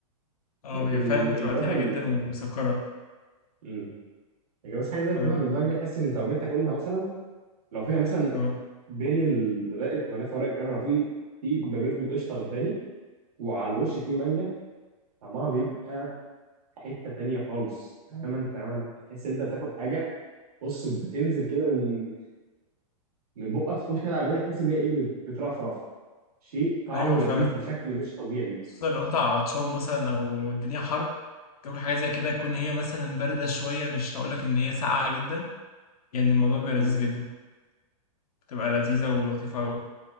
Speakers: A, on the left; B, on the right.
A: أه
B: لكن
A: هي فعلا بتبقى
B: الكنافه
A: تقيلة
B: بال
A: جدا ومسكرة
B: امم لكن بس حاجه زي الكنافه
A: أه
B: بالمانجا تحس ان انت لو جيت تاكلها مثلا لو فيها مثلا
A: أه
B: بين ال- رق الكنافه ورق الكنافه لو في في ما بينهم قشطه لباني وعلى الوش في مانجا طعمها بيبقى حته تانية خالص تماما تماما تحس ان انت بتاكل حاجه بص بتنزل كده من من بقك تخش كده على معدتك تحس ان هي ايه بت- بترفرف شيء طعمه
A: أيوه فعلا
B: لذيذ بشكل مش طبيعي
A: خصوصا لو أنت عطشان مثلا أو الدنيا حر تاكل حاجة زي كده تكون هي مثلا باردة شوية مش هقولك إن هي ساقعة جدا يعني الموضوع بيبقى
B: مم.
A: لذيذ جدا بتبقى لذيذة ولطيفة أوي